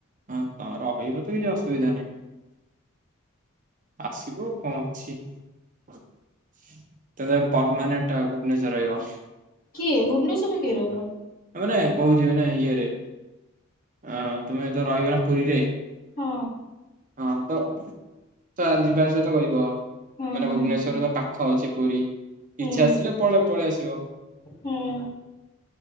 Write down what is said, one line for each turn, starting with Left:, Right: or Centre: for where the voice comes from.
Right: ହଁ ତୋମର ରହିବ ତ କିଛି ଅସୁବିଧା ନାହିଁ। <inaudible> ଆସିବୁ କଣ ଅଛି। <inaudible> ତ ତମେ ମାନେ ଟ ଭୁବେଶ୍ୱର ରେ ରହିବ।
Left: କିଏ ଭୁବନେଶ୍ୱରରେ କିଏ ରହିବ?
Right: ମାନେ କହୁଚି ମାନେ ଇଏରେ ଆ ତମେ ତ ରହିବ ନା ପୁରୀରେ।
Left: ହଁ।
Right: ହଁ ତ ତ ଯିବା ସହିତ କରିବ
Left: ହୁଁ
Right: ମାନେ ଭୁବନେଶ୍ଵରର
Left: ହୁଁ
Right: ପାଖ ଅଛି ସେପରି
Left: ହୁଁ
Right: ଇଚ୍ଛା ଆସିଲେ ପଳେ ପଳେଇ ଆସିବ।
Left: ହୁଁ